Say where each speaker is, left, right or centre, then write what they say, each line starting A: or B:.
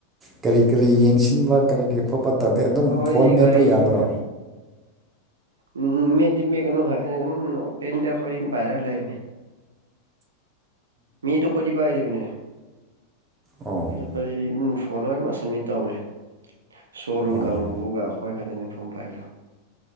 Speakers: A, on the right; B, on the right.
A: ꯀꯔꯤ ꯀꯔꯤ ꯌꯦꯡꯁꯤꯟꯕ ꯀꯔꯤ ꯀꯔꯤ ꯈꯣꯠꯄ ꯇꯥꯗꯦ ꯑꯗꯨꯝ
B: ꯑꯩꯈꯣꯏꯗꯤ
A: ꯐꯣꯟ ꯃꯦꯞꯄ
B: ꯒꯥꯔꯤ
A: ꯌꯥꯕ꯭ꯔꯥ
B: ꯎꯝ ꯃꯦꯗꯤ ꯃꯦ ꯀꯩꯅꯣ ꯍꯥꯏꯔ ꯑꯗꯨꯝ ꯑꯣꯄꯦꯟꯗ ꯑꯩꯈꯣꯏꯗꯤ ꯑꯗꯨꯝ ꯄꯥꯏꯔꯒ ꯂꯩꯕꯅꯦ ꯃꯤ ꯑꯇꯣꯞꯄꯗꯤ ꯄꯥꯏꯗꯕꯅꯦ
A: ꯑꯣ
B: ꯆꯠꯄꯁꯤꯗꯤ ꯐꯣꯟ ꯂꯣꯏꯅꯃꯛꯁꯃꯤꯠ ꯇꯧꯕꯅꯦ ꯁꯣꯔꯨꯝ
A: ꯑꯣ
B: ꯀꯥꯡꯕꯨꯒ ꯑꯩꯈꯣꯏ ꯈꯛꯇꯅꯤ ꯃꯐꯝ ꯄꯥꯏꯕꯤꯌꯨ